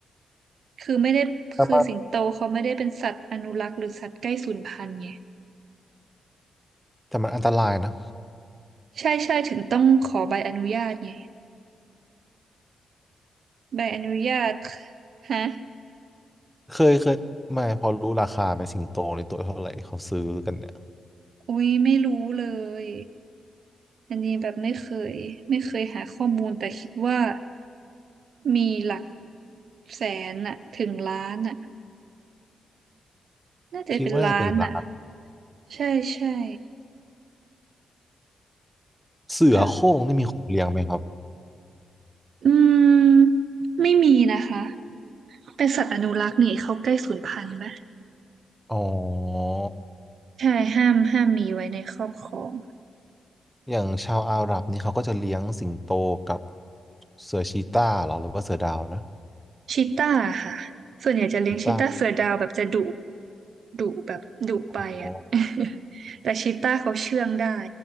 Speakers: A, on the right; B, in the centre.
A: คือไม่ได้คือสิงโตเขาไม่ได้เป็นสัตว์อนุรักษ์หรือสัตว์ใกล้สูญพันธุ์ไง
B: แต่มันแต่มันอันตรายนะ
A: ใช่ใช่ถึงต้องขอใบอนุญาตไง ใบอนุญาตฮะ
B: <laughs> เคยเคยไม่พอรู้ราคาไหมสิงโตในตัวเท่าไหร่เขาซื้อกันเนี่ย
A: อุ้ยไม่รู้เลย อันนี้แบบไม่เคยไม่เคยหาข้อมูลแต่คิดว่ามีหลักแสนอะถึงล้านอะน่าจะเป็นล้านอะ
B: คิดว่าน่าจะเป็นล้าน
A: ใช่ใช่
B: เสือโคร่งนี่มีคนเลี้ยงไหมครับ
A: แต่อืมไม่มีนะคะเป็นสัตว์อนุรักษ์นี่เขาใกล้สูญพันธุ์ปะ
B: อ๋อ
A: ใช่ห้ามห้ามมีไว้ในครอบครอง
B: อย่างชาวอาหรับนี่เขาก็จะเลี้ยงสิงโตกับเสือชีตาเหรอหรือว่าเสือดาวนะ
A: ชีต้าค่ะ ส่วนใหญ่จะเลี้ยงชีต้าเสือดาวแบบจะดุ
B: ชีตา
A: ดุแบบดุไปอ่ะ
B: อ๋อ
A: <laughs> แต่ชีต้าเขาเชื่องได้